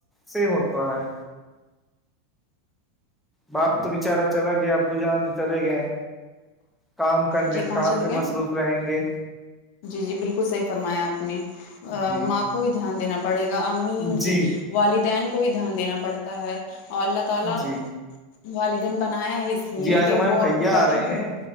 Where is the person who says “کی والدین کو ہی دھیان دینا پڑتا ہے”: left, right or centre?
Left